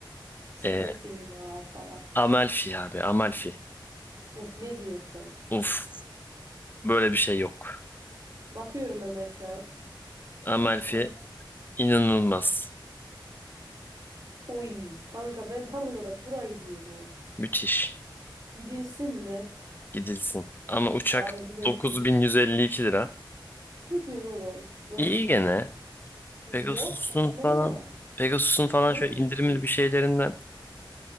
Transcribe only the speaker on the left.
Ee,
Amalfi abi Amalfi.
Uf böyle bir şey yok.
Amalfi
inanılmaz.
Müthiş.
Gidilsin. Ama uçak
9152
lira.
İyi gene.
Pegasus'un
falan Pegasus'un falan
şöyle
indirimli
bir şeylerinden